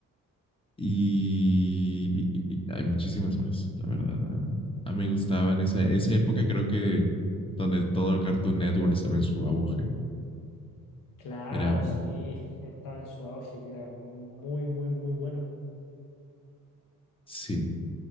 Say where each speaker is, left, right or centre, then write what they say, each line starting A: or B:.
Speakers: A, on the left (about 15°); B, on the left (about 70°).
A: Y, y- y- hay muchísimas más, la verdad. A, a mí me gustaban esa, esa época, creo que donde todo el Cartoon Network estaba en su auge.
B: Claro,
A: Era,
B: sí, estaba en su auge y era muy, muy, muy bueno.
A: sí.